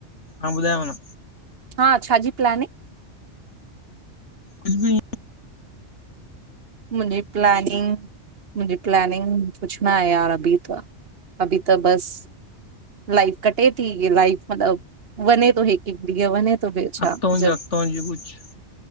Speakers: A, on the left; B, on the right.
A: हा ॿुधायुव न
B: हा छा जी प्लानिंग?
A: कुझु बि
B: मुंजी प्लानिंग, मुंजी प्लानिंग कुुछ न आहे यार अभी त अभी त बस लाइफ कटे ती इअ लाइफ मतलब वञे थो हिकु-हिकु ॾींहुं वञे थो ॿियो छा
A: अॻतों
B: जब
A: जी अॻतो जी कुझु?